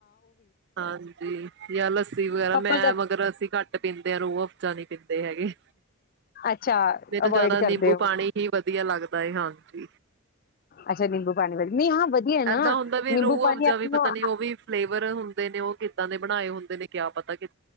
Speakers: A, on the right; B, on the left.
A: ਹਾਂਜੀ। ਯਾਂ ਲੱਸੀ ਵਗੈਰਾ
B: ਪੱਪਲ
A: ਮੈਂ
B: ਦਾ
A: ਮਗਰ, ਅੱਸੀਂ ਘੱਟ ਪੀਂਦੇ ਹਾਂ ਰੋਆਫ <inaudible> ਪੀਂਦੇ ਹੈਗੇ,
B: ਅੱਛਾ
A: ਮੈਨੂੰ
B: ਅਵੋਇਡ
A: ਜਿਆਦਾ ਨਿੰਬੂ
B: ਕਰਦੇ ਹੋ
A: ਪਾਣੀ ਹੀ ਵਧੀਆ ਲੱਗਦੈ। ਹਾਂਜੀ।
B: ਅੱਛਾ, ਨਿੰਬੂ ਪਾਣੀ ਵਾਲੀ। ਨਹੀਂ ਹਾਂ ਵਧੀਆ ਹੈ ਨਾ
A: ਐਦਾਂ ਹੁੰਦਾ ਵੀ
B: ਨਿੰਬੂ
A: ਰੁਅਫਜਾ
B: ਪਾਣੀ ਆਪਣਾ
A: ਵੀ ਪਤਾ ਨੀ, ਉਹ ਵੀ ਫਲੇਵਰ ਹੁੰਦੇ ਨੇ, ਉਹ ਕਿੱਦਾਂ ਦੇ ਬਣਾਏ ਹੁੰਦੇ ਨੇ। ਕਿਆ ਪਤਾ ਕਿ